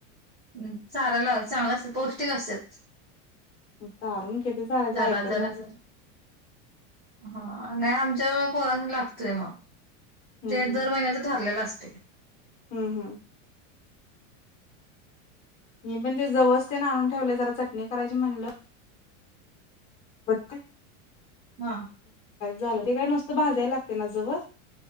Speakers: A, on the right; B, on the left.
A: हम्म चारायला लाव चांगलं असतं पौष्टिक असत्यात
B: चारून किती चारायचं
A: जरा
B: ऐकत
A: जरा
B: नाहीत
A: जरा हा नाही आमच्या पोरास्नी लागतोय मग
B: हम्म
A: ते दर महिन्याचं ठरलेलं असतय
B: हम, हम मी पण ते जवस तेन आणून ठेवले जरा चटणी करायची म्हणलं <unintelligible>
A: हा
B: झालं ते काय नूसतं भाजायला लागते ना जव